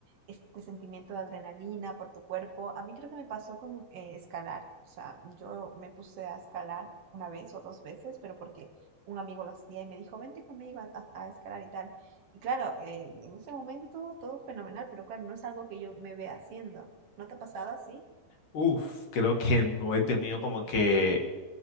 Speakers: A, on the right; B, on the left.
A: este sentimiento de adrenalina por tu cuerpo. A mí creo que me pasó con eh, escalar. O sea, yo me puse a escalar una vez o dos veces, pero porque un amigo lo hacía y me dijo, vente conmigo a, a- a escalar y tal. Y claro, eh, en ese momento todo fenomenal, pero claro, no es algo que yo me vea haciendo. ¿No te ha pasado así?
B: Uf, creo que no he tenido como que,